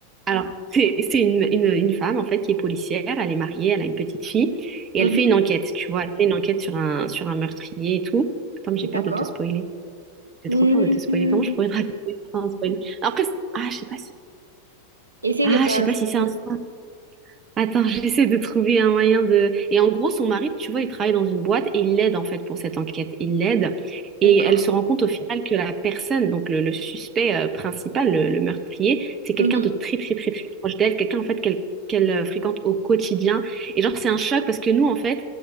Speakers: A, on the right (about 25°); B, on the right (about 80°).
A: Alors, c'est c'est une, une- une femme, en fait, qui est policière, elle est mariée, elle a une petite fille, et
B: Mhm.
A: elle fait une enquête, tu vois, elle fait une enquête sur un, sur un meurtrier et tout. Attends, mais j'ai peur
B: D'accord.
A: de te spoiler. J'ai
B: Mhm.
A: trop peur de te spoiler. Comment je pourrais <laughs> te raconter ça sans spoiler? Après, c'est- ah, je sais pas si...
B: Essaye
A: Ah,
B: de pas
A: je sais pas
B: spoiler.
A: si c'est un spoil. Attends, <laughs> j'essaie de trouver un moyen de... Et en gros, son mari, tu vois, il travaille dans une boîte et il l'aide en fait pour cette enquête. Il l'aide et
B: D'accord.
A: elle se rend compte au final que la personne, donc le, le suspect euh, principal, le, le meurtrier, c'est quelqu'un
B: Mhm.
A: de très très très très proche d'elle, quelqu'un en fait qu'elle qu'elle euh, fréquente au quotidien. Et genre, c'est un choc parce que nous, en fait,